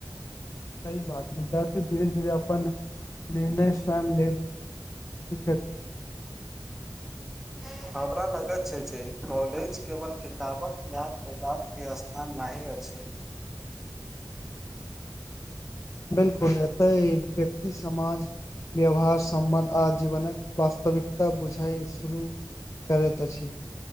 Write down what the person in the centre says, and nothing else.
<inaudible> हमरा लगैत छै जे कॉलेज केवल किताबक ध्यान देबा के स्थान नही अछि <inaudible>